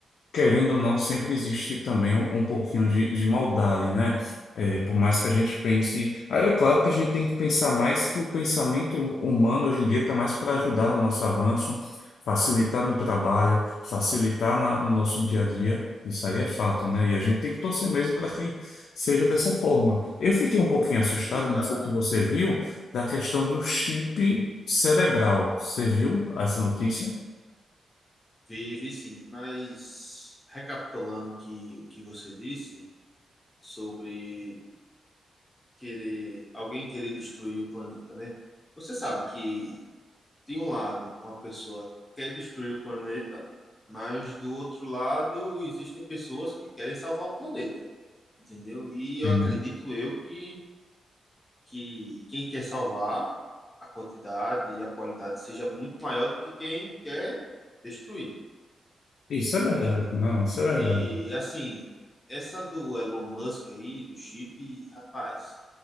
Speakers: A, on the left; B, on the left.
A: querendo ou não, sempre existe também um, um pouquinho de, de maldade, né? É, por mais que a gente pense. Aí é claro que a gente tem que pensar mais que o pensamento humano hoje em dia está mais para ajudar no nosso avanço, facilitar no trabalho, facilitar na- no nosso dia a dia. Isso aí é fato, né? E a gente tem que torcer mesmo para que seja dessa forma. Eu fiquei um pouquinho assustado,
B: Sim, cara,
A: não sei se você viu, da questão do chip cerebral. Você viu essa notícia?
B: vi, vi sim, mas recapitulando o que, o que você disse sobre querer alguém querer destruir o planeta, né? Você sabe que de um lado, uma pessoa quer destruir o planeta, mas do outro lado existem pessoas que querem salvar o planeta, entendeu? E eu
A: Sim.
B: acredito eu que, que quem quer salvar a quantidade e a qualidade seja muito maior do que quem quer destruir,
A: Isso é verdade,
B: entende?
A: não, isso é
B: E
A: verdade.
B: assim, essa do Elon Musk aí, do chip, rapaz,